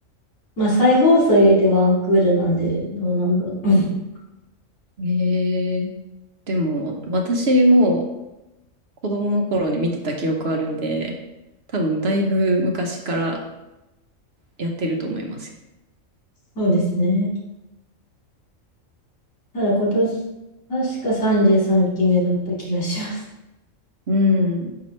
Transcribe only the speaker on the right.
ええでも、私も子供の頃に見てた記憶あるんで、多分だいぶ昔からやってると思いますよ。
うん。